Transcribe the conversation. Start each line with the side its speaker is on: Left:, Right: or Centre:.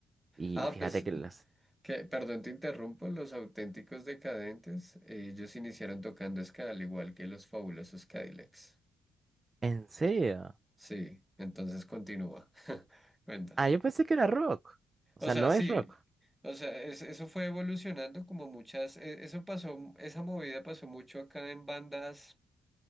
Right: Y
Centre: Ah,
Right: fíjate
Centre: pues,
Right: que los...
Centre: que, perdón, te interrumpo. Los auténticos decadentes, eh, ellos iniciaron tocando ska, al igual que los fabulosos Cadillacs.
Right: ¿En serio?
Centre: Sí, entonces continúa. <laughs> Cuenta.
Right: Ah, yo pensé que era rock. O
Centre: O
Right: sea,
Centre: sea,
Right: no
Centre: sí,
Right: es rock.
Centre: o sea, es- eso fue evolucionando como muchas, e- eso pasó, esa movida pasó mucho acá en bandas